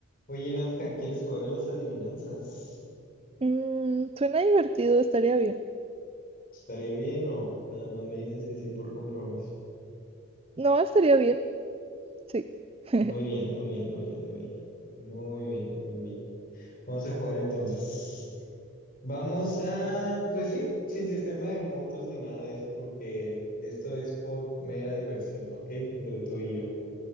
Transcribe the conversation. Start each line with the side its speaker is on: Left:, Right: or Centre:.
Left: Oye, Nadja, ¿quieres jugar a las adivinanzas?
Right: Mm, suena divertido, estaría bien.
Left: ¿Estaría bien o nada más me dices que sí por compromiso?
Right: No, estaría bien. Sí. <laughs>
Left: Muy bien, muy bien, muy bien, muy bien. Muy bien, muy bien. Vamos a jugar entonces. Vamos a, pues sí, sin sistema de puntos ni nada de eso, porque esto es por mera diversión, ¿ok? Entre tú y yo.